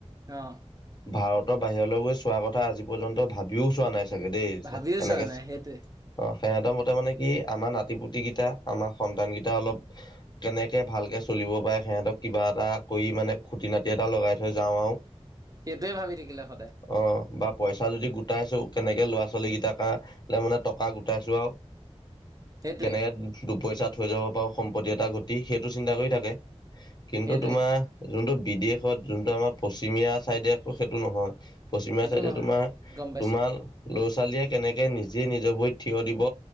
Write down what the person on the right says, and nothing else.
অ'।
ভাবিও
চোৱা নাই সেইটোৱে
সেইটোৱে ভাবি থাকিলে সদায়
সেইটোৱে
সেইটোৱে
সেইটো
নহয়
গম পাইছোঁ